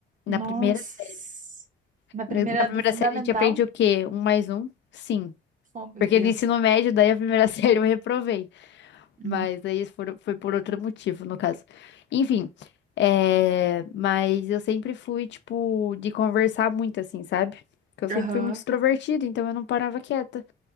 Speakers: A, on the right (about 40°); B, on the left (about 65°).
A: Nossa.
B: Na primeira série.
A: Na primeira
B: Na primeira
A: do fundamental?
B: série a gente aprende o quê? Um mais um? Sim.
A: Oh, meu
B: Porque
A: Deus.
B: no ensino médio, daí a primeira <laughs> série eu reprovei. Mas
A: Uhum.
B: aí for- foi por outro motivo, no caso. Enfim. é, Mas eu sempre fui, tipo, de conversar muito, assim, sabe? Porque eu
A: Aham.
B: sempre fui muito extrovertida, então eu não parava quieta.